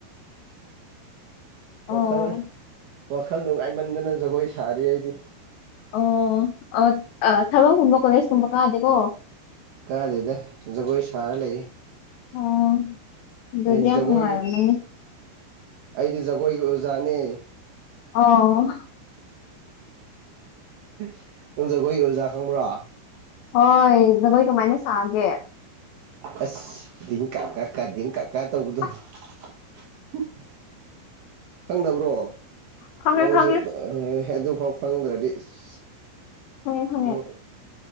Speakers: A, on the left; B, on the right.
A: ꯑꯣ
B: ꯋꯥꯈꯜ ꯋꯥꯈꯜ ꯅꯨꯡꯉꯥꯏꯃꯟꯗꯅ ꯖꯒꯣꯏ ꯁꯥꯔꯤ ꯑꯩꯗꯤ
A: ꯑꯣ ꯑ ꯊꯕꯛꯀꯨꯝꯕ ꯀꯣꯂꯦꯖꯀꯨꯝꯕ ꯀꯥꯗꯦꯀꯣ?
B: ꯀꯥꯗꯦꯗ ꯖꯒꯣꯏ ꯁꯥꯔ ꯂꯩꯌꯦ
A: ꯑꯣ ꯑꯗꯨꯗꯤ
B: ꯑꯩꯗꯤ
A: ꯌꯥꯝ
B: ꯖꯒꯣꯏꯒꯤ
A: ꯅꯨꯡꯉꯥꯏꯔꯝꯃꯅꯤ
B: ꯑꯩꯗꯤ ꯖꯒꯣꯏꯒꯤ ꯑꯣꯖꯥꯅꯦ
A: ꯑꯣ
B: ꯍꯨꯝꯍꯨꯝ ꯖꯒꯣꯏꯒꯤ ꯑꯣꯖꯥ ꯈꯪꯕ꯭ꯔꯣ
A: ꯍꯣꯏ ꯖꯒꯣꯏ ꯀꯃꯥꯏꯅꯥ ꯁꯥꯒꯦ
B: <unintelligible>
A: ꯑꯁ
B: ꯈꯪꯗꯕ꯭ꯔꯣ
A: ꯈꯪꯉꯦ
B: ꯅꯪꯁꯨ
A: ꯈꯪꯉꯦ
B: ꯑ ꯍꯣꯏ ꯑꯗꯨꯐꯥꯎ ꯈꯪꯗ꯭ꯔꯗꯤ ꯏꯁ
A: ꯈꯪꯉꯦ ꯈꯪꯉꯦ
B: ꯎꯝ